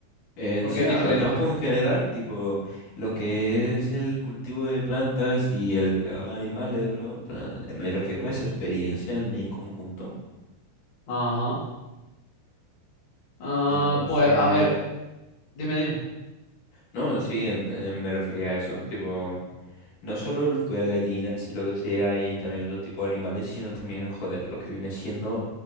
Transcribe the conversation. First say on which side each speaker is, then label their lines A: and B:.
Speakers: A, on the left (about 75°); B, on the left (about 45°).
A: En
B: Porque
A: sí,
B: es diferente.
A: al campo en general, tipo lo que es el cultivo de plantas y el cuidado de animales, bro, en plan, me refiero a esa experiencia en, en conjunto.
B: Ajá. Ah,
A: Entonces,
B: pues, a ver, dime, dime.
A: no, sí, en- en- me refería a eso, tipo... No solo el- cuidar gallinas y lo que sea, y también otro tipo de animales, sino también, joder, lo que viene siendo